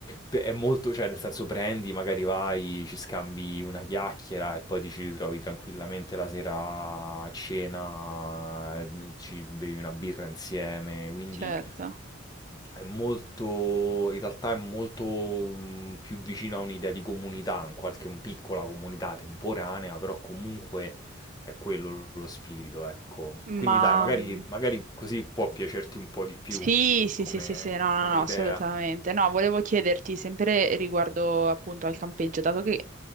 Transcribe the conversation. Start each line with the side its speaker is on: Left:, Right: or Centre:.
Left: beh, è molto, cioè, nel senso, prendi, magari vai, ci scambi una chiacchiera e poi ti ci ritrovi tranquillamente la sera a cena, eh, ci bevi una birra insieme. Quindi,
Right: Certo.
Left: è molto, in realtà è molto mm, più vicino a un'idea di comunità, in qualche piccola comunità temporanea, però comunque è quello lo spirito, ecco.
Right: Ma
Left: Quindi dai, magari,
Right: mm,
Left: magari così può piacerti un po' di più
Right: Sì, sì,
Left: come,
Right: sì, sì, sì, no, no,
Left: come
Right: no, assolutamente.
Left: idea.
Right: No, volevo chiederti sempre riguardo appunto al campeggio, dato che